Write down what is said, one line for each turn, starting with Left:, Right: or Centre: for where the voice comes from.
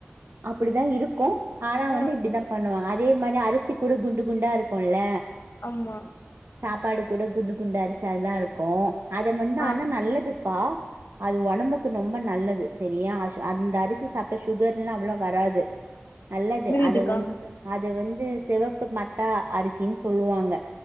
Right: அப்படித்தான் இருக்கும் ஆனா வந்து
Left: ஆ
Right: இப்படித்தான் பண்ணுவாங்க அது அதே மாதிரி அரிசி கூட குண்டு குண்டா இருக்கும்ல
Left: ஆம்மா
Right: சாப்பாடு கூட குண்டு குண்டு அரிசா தான் இருக்கும் அத வந்து
Left: ஆ
Right: ஆனா நல்லது அப்பா அது உடம்புக்கு ரொம்ப நல்லது சரியா அந்த அரிசி சாப்பிட்ட சுகர் எல்லாம் அவ்வளோ வராது நல்லது
Left: புரியுதுக்கா
Right: அத வந்து அ அது வந்து சிவப்பு மட்ட அரிசினு சொல்லுவாங்க